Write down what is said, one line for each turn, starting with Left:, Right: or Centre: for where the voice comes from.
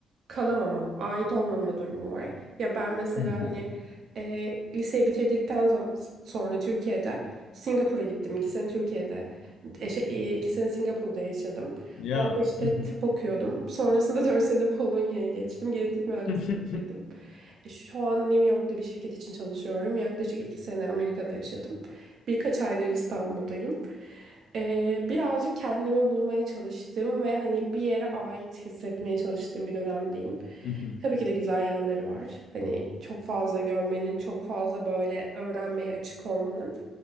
Right: kalamama, ait olmama durumu var. Ya ben mesela
Left: Hı hı.
Right: hani eee, liseyi bitirdikten zam- sonra Türkiye'de Singapur'a gittim. İki sene Türkiye'de, e, şey, e, iki sene Singapur'da yaşadım.
Left: Ya.
Right: Orada işte
Left: Hı hı.
Right: tıp okuyordum. Sonrasında <laughs> 4 sene Polonya'ya geçtim. Genetik mühendisliği
Left: <laughs>
Right: bitirdim. E, Şu an New York'ta bir şirket için çalışıyorum. Yaklaşık 2 sene Amerika'da yaşadım. Birkaç aydır İstanbul'dayım. Ee, birazcık kendimi bulmaya çalıştım ve hani bir yere ait hissetmeye çalıştığım bir dönemdeyim.
Left: Hı hı.
Right: Tabii ki de güzel yanları var. Hani çok fazla görmenin, çok fazla böyle öğrenmeye açık olmanın.